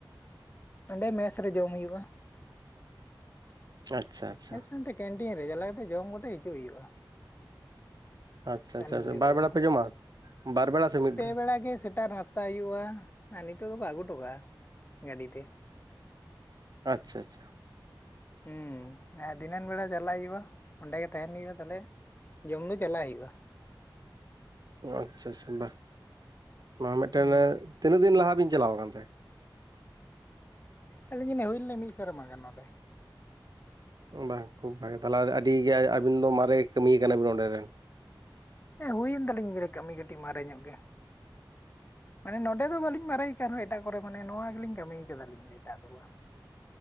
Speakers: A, on the left; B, on the right.
A: ᱚᱸᱰᱮ ᱢᱮᱥ ᱨᱮ ᱡᱚᱢ ᱦᱩᱭᱩᱜᱼᱟ
B: ᱟᱪᱪᱷᱟ ᱟᱪᱪᱷᱟ
A: ᱢᱮᱥ ᱢᱮᱱᱛᱮ ᱠᱮᱱᱴᱤᱱ ᱨᱮ ᱪᱟᱞᱟᱣ ᱠᱟᱛᱮ ᱡᱚᱢ ᱠᱟᱛᱮ ᱦᱤᱡᱩᱜ ᱦᱩᱭᱩᱜᱼᱟ
B: ᱟᱪᱪᱷᱟ ᱟᱪᱪᱷᱟ
A: ᱟᱹᱞᱤᱧ ᱛᱮᱫᱚ
B: ᱵᱟᱨ ᱵᱮᱲᱟ ᱯᱮ ᱡᱚᱢᱟ ᱵᱟᱨ ᱵᱮᱲᱟ ᱥᱮ ᱢᱤᱫ
A: ᱯᱮ ᱵᱮᱲᱟ ᱜᱮ ᱥᱮᱛᱟᱜ ᱱᱟ ᱛᱟ ᱦᱩᱭᱩᱜᱼᱟ ᱟᱨ ᱱᱤᱛᱚᱜ ᱫᱚ ᱠᱚ ᱟᱹᱜᱩ ᱴᱚ ᱠᱟᱜᱼᱟ ᱜᱟᱰᱤ ᱛᱮ
B: ᱟᱪᱪᱷᱟ ᱟᱪᱪᱷᱟ
A: ᱦᱩᱸ ᱟᱨ ᱫᱷᱤᱱᱟᱹᱱ ᱵᱮᱲᱟ ᱪᱟᱞᱟᱜ ᱦᱩᱭᱩᱜᱼᱟ ᱚᱸᱰᱮ ᱜᱮ ᱛᱟᱦᱮᱱ ᱦᱩᱭᱩᱜᱼᱟ ᱛᱟᱞᱦᱮ ᱡᱚᱢ ᱫᱚ ᱪᱟᱞᱟᱜ ᱦᱩᱭᱩᱜᱼᱟ
B: ᱚ ᱟᱪᱪᱷᱟ ᱟᱪᱪᱷᱟ ᱵᱟ ᱱᱚᱣᱟ ᱢᱤᱜᱴᱮᱱ
A: ᱦᱩᱸ
B: ᱛᱤᱱᱟᱹᱜ ᱫᱤᱱ ᱞᱟᱦᱟ ᱵᱤᱱ ᱪᱟᱞᱟᱣ ᱠᱟᱱ ᱛᱮ?
A: ᱟᱹᱞᱤᱧ ᱡᱟᱱᱤᱡ ᱦᱩᱭ ᱞᱮᱱᱟ ᱢᱤᱫ ᱥᱟᱨᱢᱟ‌ ᱜᱟᱱ ᱱᱚᱰᱮ
B: ᱵᱟᱝ ᱠᱷᱩᱵ ᱵᱷᱟᱜᱮ ᱛᱟᱦᱚᱞᱮ ᱟᱹᱰᱤᱜᱮ ᱟᱹᱵᱤᱱ ᱫᱚ ᱢᱟᱨᱮ ᱠᱟᱹᱢᱤᱭᱟ ᱠᱟᱱᱟᱵᱤᱱ ᱚᱸᱰᱮ ᱨᱮᱱ
A: ᱦᱮᱸ ᱦᱩᱭᱮᱱ ᱫᱟᱞᱤᱧ ᱜᱮᱭᱟ ᱠᱟᱹᱢᱤ ᱠᱟᱹᱴᱤᱡ ᱢᱟᱨᱮ ᱧᱚᱜ ᱜᱮ ᱢᱟᱱᱮ ᱱᱚᱰᱮ ᱫᱚ ᱵᱟᱹᱞᱤᱧ ᱢᱟᱨᱮ ᱠᱟᱱ ᱨᱮᱦᱚᱸ ᱮᱴᱟᱜ ᱠᱚᱨᱮ ᱢᱟᱱᱮ ᱱᱚᱣᱟ ᱜᱮᱞᱤᱧ ᱠᱟᱹᱢᱤ ᱟᱠᱟᱫᱟᱞᱤᱧ ᱮᱴᱟᱜ ᱫᱚ ᱵᱟᱝ